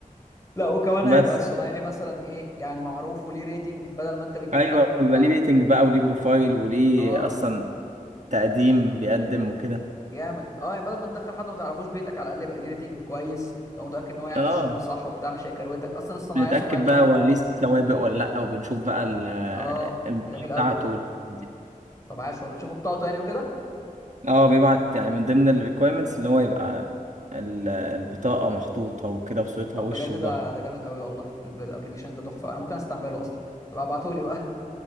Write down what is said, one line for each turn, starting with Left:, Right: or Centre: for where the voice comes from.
Left: لا وكمان
Right: بس
Left: هيبقى الصنايعي مثلا ايه يعني معروف وليه ريتنج بدل ما انت بتجيب
Right: ايوه
Left: حد ما
Right: بيبقى
Left: تعرفوش
Right: ليه ريتنج بقى وليه بروفايل وليه
Left: اه
Right: اصلا تقديم بيقدم وكده
Left: جامد اه يعني بدل ما تدخل حد ما تعرفوش بيتك على الاقل يبقى ليه ريتنج كويس تبقى متاكد ان هو هيعمل
Right: اه
Left: الشغل صح وبتاع مش هيكروتك اصلا الصنايعيه
Right: بنتاكد
Left: سمعتهم
Right: بقى هو ليه سوابق ولا لا وبنشوف بقى ال-
Left: اه
Right: البطاقه
Left: ده جميل قوي
Right: بتاعته والحاجات دي
Left: طب عاش والله بتشوفوا بطاقته يعني وكده
Right: اه بيبعت يعني من ضمن الريكويرمنتس اللي هو يبقى ال- البطاقة محطوطة وكده وصورتها
Left: طب
Right: وش
Left: بجد
Right: وظهر
Left: ده ده جامد قوي والله الابلكيشن ده تحفه انا ممكن استعمله اصلا يبقى ابعتولي بقى